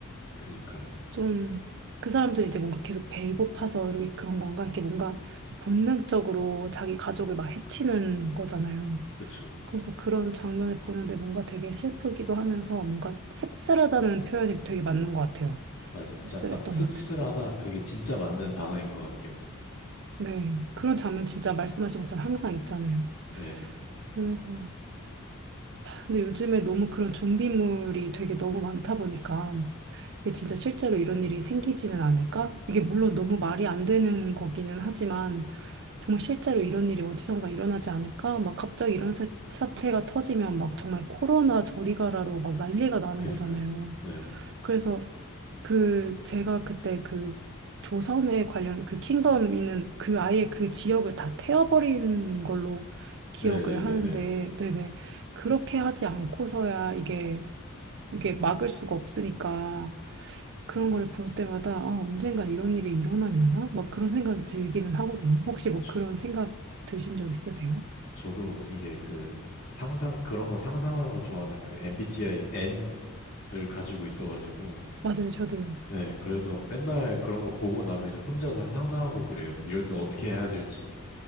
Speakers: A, on the left (about 80°); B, on the right (about 55°).
A: 그니까요.
B: 좀 그 사람들이 이제 뭔가 계속 배고파서 이렇게 그런 건가? 이렇게 뭔가 본능적으로 자기 가족을 막 해치는 거잖아요.
A: 그쵸.
B: 그래서 그런 장면을 보는데 뭔가 되게 슬프기도 하면서 뭔가 씁쓸하다는 표현이 되게 맞는 것 같아요.
A: 맞아요.
B: 씁쓸했던
A: 진짜 딱 씁쓸하다.
B: 것 같아요.
A: 그게 진짜 맞는 단어인 것 같아요.
B: 네. 그런 장면 진짜 말씀하신 것처럼 항상 있잖아요.
A: 네.
B: 그래서. 근데 요즘에 너무 그런 좀비물이 되게 너무 많다 보니까 이게 진짜 실제로 이런 일이 생기지는 않을까? 이게 물론 너무 말이 안 되는 거기는 하지만 정말 실제로 이런 일이 어디선가 일어나지 않을까? 막 갑자기 이런 사, 사태가 터지면 막 정말 코로나 저리 가라로 막 난리가 나는
A: 그니까요.
B: 거잖아요.
A: 네.
B: 그래서 그 제가 그때 그 조선에 관련 그 킹덤이는 그 아예 그 지역을 다 태워버린 걸로 기억을
A: 네네네네.
B: 하는데 네네 그렇게 하지 않고서야 이게 이게 막을 수가 없으니까 그런 거를 볼 때마다 아, 언젠가 이런 일이 일어나려나? 막 그런 생각이 들기는 하거든요. 혹시
A: 그쵸.
B: 뭐 그런 생각 드신 적 있으세요?
A: 저도 이게 그 상상, 그런 거 상상하는 거 좋아하는 그 MBTI N을 가지고 있어가지고,
B: 맞아요, 저도요.
A: 네. 그래서 맨날 그런 거 보고 나면 이제 혼자서 상상하고 그래요. 이럴 땐 어떻게 해야 될지,